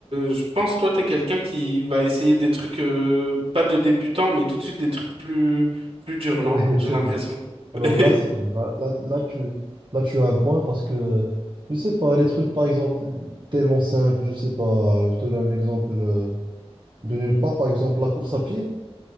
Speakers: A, on the right; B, on the right.
A: je pense toi, t'es quelqu'un qui va essayer des trucs euh, pas de débutant, mais tout de suite des trucs plus plus durs,
B: Ouais,
A: non? J'ai
B: <laughs> c'est
A: l'impression.
B: vrai.
A: <laughs>
B: Alors là, c'est vrai. Là, là, là, tu, là, tu as un point parce que, je sais pas, les trucs, par exemple, tellement simples, je sais pas, je te donne un exemple euh, de nulle part, par exemple, la course à pied,